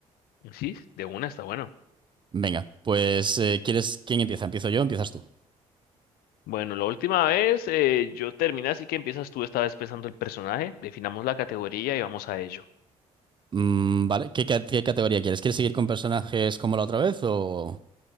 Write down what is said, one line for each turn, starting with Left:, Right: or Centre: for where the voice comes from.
Left: Sí, de una está bueno.
Right: Venga, pues eh, ¿quieres... ¿Quién empieza? ¿Empiezo yo o empiezas tú?
Left: Bueno, la última vez eh, yo terminé, así que empiezas tú esta vez pensando el personaje, definamos la categoría y vamos a ello.
Right: Mm, vale, ¿qué, ca- qué categoría quieres? ¿Quieres seguir con personajes como la otra vez o...?